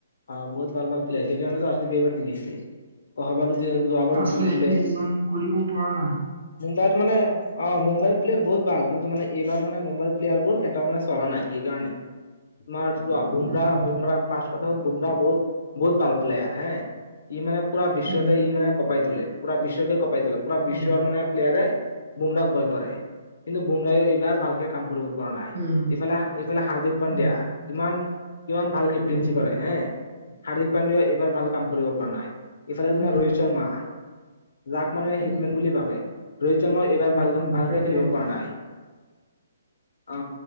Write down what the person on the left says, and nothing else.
অ বহুত ভাল ভাল প্লেয়াৰ সেইকাৰণেতো এবাৰ জিকিছে অহাবাৰ যোৱাবাৰো
জিকিছিলে
মুম্বাইত মানে অ মুম্বাইত প্লেয়াৰ বহুত ভাল কিন্তু মানে এইবাৰ মানে মুম্বাইৰ প্লেয়াৰবোৰ এটাও মানে চলা নাই সেইকাৰণে তমাৰ বুমৰা
বুমৰা পা বুমৰা বহুত বহুত ভাল প্লেআৰ হে ই মানে পুৰা বিশ্বতে
ই মানে কঁপাই তোলে। পুৰা বিশ্বক পাই পুৰা বিশ্বৰ
মানে প্লেয়াৰে। বুমৰাক ভয় কৰে কিন্তু বুমৰাই এইবাৰ ভালকে কাম কৰিব প কৰা নাই
এইফালে এইফালে হাৰ্দিক পাণ্ড্যা
ইমান কিমান ভালকে
প
কৰে হে হাৰ্দিক পাণ্ডে এইবাৰ ভাল কাম কৰিব পৰা নাই ইফালে তোমাৰ
ৰোহিত শৰ্মা যাক মানুহে
হিটমেন বুলি ভাবে। ৰোহিত শৰ্মা এইবাৰ
ভাল
ভালকে খেলিব
পৰা নাই অ